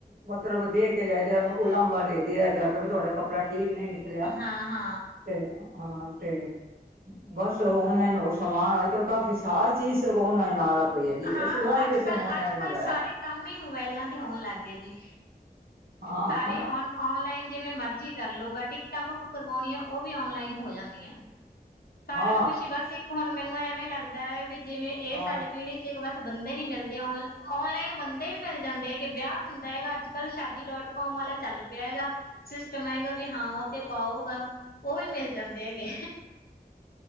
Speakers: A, on the right; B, on the left.
A: ਮਤਲਬ ਦੇਖ ਕੇ ਲੈ ਜਾ ਉਹਨੂੰ ਉਲਾਂਬਾ ਦੇ-ਦੇ ਜਾ ਕੇ ਤੁਹਾਡਾ ਕੱਪੜਾ ਠੀਕ ਨਹੀਂ ਨਿਕ ਲਿਆ
B: ਹਾਂ-ਹਾਂ
A: ਤੇ ਹਾਂ, ਤੇ, ਬੱਸ ਉਹ ਔਨਲਾਈਨ ਹੋਰ ਸਮਾਨ ਆ ਕਾਫੀ਼ ਸਾਰ ਚੀਜ਼ ਔਨਲਾਈਨ ਆਣ ਲੱਗ ਪਈ ਆ ਜੀ
B: ਹਾਂ ਹਾਂ
A: ਅਸੀਂ
B: ਹਾਂ
A: ਵਾਸ਼ਵੇਸ਼ਣ
B: ਅੱਜ ਕੱਲ
A: ਆਨਲਾਈਨ
B: ਅੱਜ
A: ਮੰਗਾਇਆ।
B: ਕੱਲ੍ਹ ਸਾਰੇ ਕੰਮ ਹੀ ਮੋਬਾਇਲਾਂ ਤੇ ਹੋਣ ਲੱਗ ਗਏ ਜੀ,
A: ਹਾਂ
B: ਸਾਰੇ
A: ਹਾਂ
B: ਔਨ ਓਨਲਾਈਨ ਜਿਵੇਂ ਮਰਜੀ ਕਰਲੋ ਟਿਕਟਾਂ ਬੁੱਕ ਕਰਵਾਉਣੀਆਂ ਉਹ ਵੀ ਓਨਲਾਈਨ ਹੋ ਜਾਂਦੀਆਂ। ਸਾਰਾ
A: ਹਾਂ
B: ਕੁਛ ਹੀ ਬੱਸ ਇੱਕ ਹੁਣ ਮੈਨੂੰ ਐਵੇਂ ਲੱਗਦਾ ਹੈ ਵੀ ਜਿਵੇਂ ਇਹ
A: ਹਾਂ
B: ਸਾਰੀ ਪੀੜ੍ਹੀ ਇੱਕ ਬੱਸ ਬੰਦੇ ਨੀ ਮਿਲਦੇ, ਔਨਲਾਈਨ ਬੰਦੇ ਵੀ ਮਿਲ ਜਾਂਦੇ ਹੈਗੇ ਵਿਆਹ ਹੁੰਦਾ ਹੈਗਾ। ਅੱਜ-ਕੱਲ੍ਹ ਸ਼ਾਦੀ ਡੋਟ ਕੋਮ ਵਾਲਾ ਚੱਲ ਪਿਆ ਹੈਗਾ, ਸਿਸਟਮ ਹੈਗਾ ਵੀ ਹਾਂ ਉਹ ਤੇ ਪਾਊਗਾ। ਉਹ ਹੀ ਮਿਲ ਜਾਂਦੇ ਹੈਗੇ।